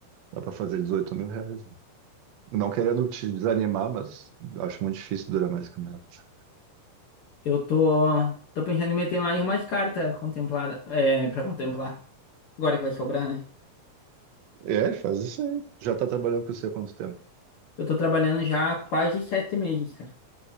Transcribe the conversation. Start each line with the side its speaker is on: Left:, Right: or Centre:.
Right: dá pra fazer dezoito mil reais. né? Não querendo te desanimar, mas acho muito difícil durar mais que um mês.
Left: Eu tô, tô pensando em meter mais umas cartas contemplada, é, para contemplar. Agora que vai sobrar, né?
Right: É, faz isso aí. Já tá trabalhando com você há quanto tempo?
Left: Eu tô trabalhando já há quase sete meses, cara.